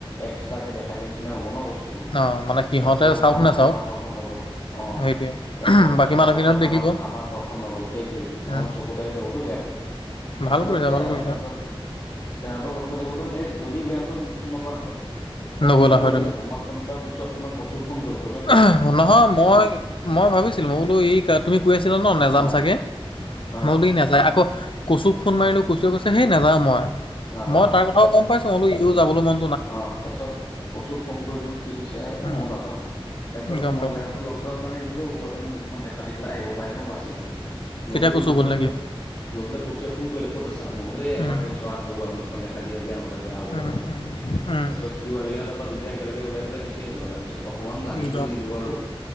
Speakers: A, on the left (about 40°); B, on the left (about 60°).
A: একস্টাকে দেখাই দিয়া নিচিনা হ'ব ন বস্তু
B: অ মানে সিহঁতে
A: চব গ'ল
B: চাওক
A: আমা-আমাৰ
B: নাচাওক
A: ঘৰখন নগ'ল। অ',
B: সেইটোৱে
A: এ চব
B: বাকী
A: চব
B: মানুহখিনিয়ত
A: গ'ল আমাৰ
B: দেখিব
A: আমাক আমাৰ ঘৰখন নগ'ল সেইটোৱেই, তাৰ
B: উম,
A: মানে চকুত আহি যাবতো বেয়াকে। তাৰছত
B: ভাল কৰিছা
A: আৰু সেয়াই
B: ভাল
A: আৰু
B: কৰিছা
A: তাৰছত বেদান্তই লগ ধৰিলে গলো, এ যদি বেদান্তই ফ'ন নকৰাহেতেন, মই
B: নগ'লা
A: নগলোহেঁতেন।
B: হয়
A: তোমাক ফোন কৰা পিছত মই কচুক ফোন কইলো
B: আহ নহয় মই মই ভাবিছিলো মই বোলো ই কা তুমি কৈ আছিলা ন নেযাম
A: অঁ
B: চাগে,
A: অঁ
B: মই বোলো ই নাযায় আকৌ কচুক ফোন মাৰিলো কচুৱে কৈছে সেই নযাওঁ মই।
A: নাযাওঁ
B: মই তাৰ কথাও গম পাইছো মোলো ইও যাবলৈ মন
A: অ', তাৰছত কচুক ফোন কৰিলোঁ সি কৈছে, এ
B: উম,
A: ময়ো নাযাওঁ। তাৰছত
B: গম
A: মই
B: পাইছোঁ
A: বেদান্ত লগ ধৰা কাৰণে গলো, যাতে মুখখন দেখা দি পেলাই আহিব পাৰিলে মই বাচি যাম।
B: তেতিয়া
A: গ'লোঁ,
B: কচু
A: গৈ
B: গ'ল
A: পেলাই
B: নেকি
A: আকৌ গৈ পেলাই কছোয়ে ফোন কৰিলে, ক'ত আছা? মই বোলে এ এপাক
B: উম।
A: আহিছো আহ তয়ো আহ, মুখখন দেখা দিয়ে আহিবি আ নহ'লে বেয়া হব
B: উম,
A: কথাটো।
B: উম, উম,
A: তাৰপিছত সিও আহিলে আও তাৰ পৰা দুইটা একেলগে ওলাই পেলাই গুচি আহিলো তাৰপিছত অকমান
B: উম,
A: লাগি
B: গম
A: কৰি দিলো আৰু।